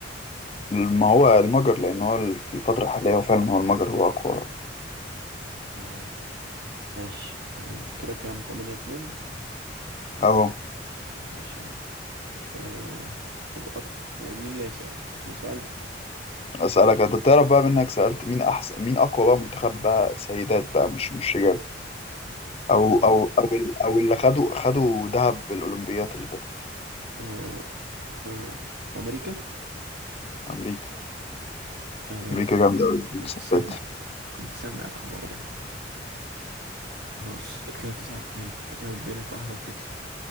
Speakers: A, on the left; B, on the right.
A: ما هو المجر لأن هو ال- في الفترة الحالية هو فعلا هو المجر هو أقوى
B: اه ماشي تمام كده كام تمانية اتنين؟
A: أهو
B: ماشي يا عم أه طب أكت... مين اللي هيسأل؟ أنا سألت
A: أسألك أنت بتعرف بقى منك سألت مين أحسن مين أقوى بقى منتخب بقى سيدات بقى مش مش رجال
B: أقوى
A: أو
B: منتخب
A: أو أو ال- أو اللي خدوا خدوا دهب بالأولمبياد اللي فاتت
B: أه أه أمريكا؟
A: أمريكا
B: أيوة
A: أمريكا
B: أنا كنت
A: جامدة أوي في
B: كنت
A: الستات
B: سامع كنت سامع الخبر ده خلاص كده تسعة اتنين أنت كده بيلك واحدة وتكسب